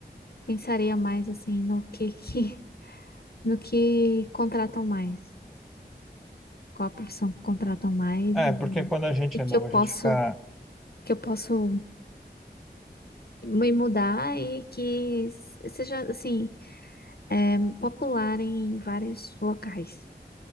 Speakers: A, on the left; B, in the centre.
A: pensaria mais assim no que que. no que contratam mais, qual a profissão que contratam mais
B: É,
A: e,
B: porque quando a gente
A: e que
B: é novo,
A: eu
B: a
A: posso
B: gente fica.
A: que eu posso me mudar e que s- seja assim é, popular em vários locais.